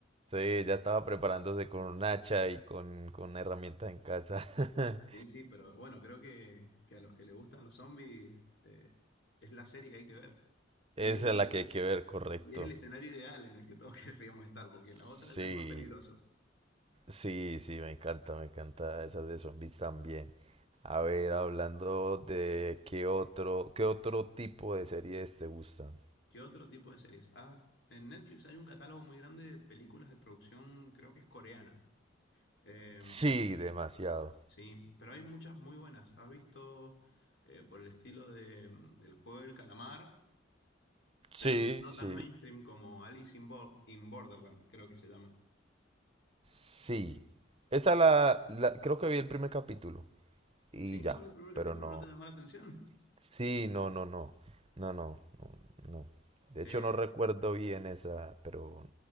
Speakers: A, on the right (about 30°); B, on the left (about 65°).
A: sí, ya estaba preparándose con un hacha y con, con una herramienta en casa. <laughs>
B: Sí, sí, pero bueno, creo que, que a los que les gustan los zombies eh, es la serie que hay que ver. Y
A: Esa
B: es el,
A: es la que hay que ver, correcto.
B: y es el escenario ideal en el que todos <laughs> querríamos estar, porque en
A: Sí,
B: las otras ya es más peligroso.
A: sí, sí, me encanta, me encanta esas de zombies también. A ver, hablando de qué otro, qué otro tipo de series te gustan.
B: ¿Qué otro tipo de series? Ah, en Netflix hay un catálogo muy grande de películas de producción, creo que es coreana. Eh,
A: Sí, demasiado.
B: sí, pero hay muchas muy buenas. ¿Has visto eh, por el estilo de mm, El juego del calamar?
A: Sí,
B: Pero no
A: sí,
B: tan mainstream como Alice in, Bo- in Borderland, creo que se llama.
A: sí. Esa la, la, creo que vi el primer capítulo y
B: Sí,
A: ya,
B: solo el primer
A: pero
B: capítulo,
A: no.
B: ¿no te llamó la atención?
A: Sí, no, no, no, no, no, no, no. De
B: <laughs>
A: hecho,
B: Eh,
A: no recuerdo bien esa, pero